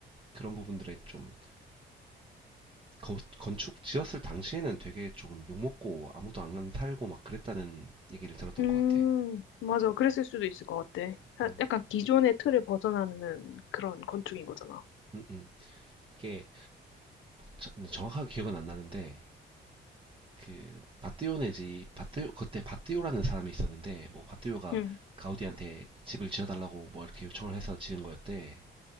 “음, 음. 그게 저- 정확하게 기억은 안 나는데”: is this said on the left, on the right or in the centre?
Right